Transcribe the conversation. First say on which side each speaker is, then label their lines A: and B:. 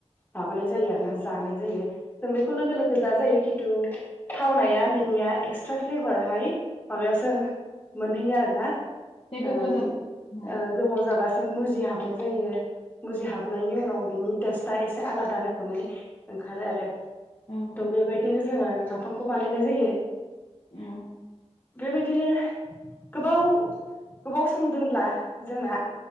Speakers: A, on the left; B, on the left.
A: माबानाय जायो आरो ना जानाय जायो जों बेखौ लोगो लोगो जाजायो खिन्थु थावनाया बिनिया एक्सट्रा फ्लेभाराहाय माबायावसो मोनहैयो आरो ना
B: एसे गोबाव
A: ओ
B: जाबाय ना?
A: ओ गोबाव जाबासो मुजि हाबनाय जायो। मुजिहाबनायनि उनाव बिनि टेस्टआ एसे आलादा रोखोमै ओंखारो आरो
B: औ
A: थ'
B: औ
A: बेबायदिनो जोङो नाफामखौ बानायनाय जायो।
B: औ
A: बेबायदिनो गोबाव गोबाव सम दोनब्ला जोंना